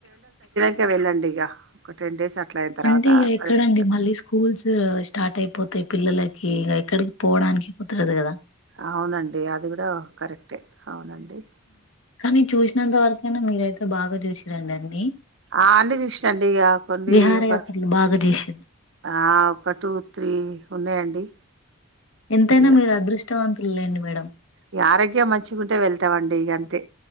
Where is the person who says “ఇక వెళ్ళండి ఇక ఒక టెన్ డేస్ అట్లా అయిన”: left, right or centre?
Right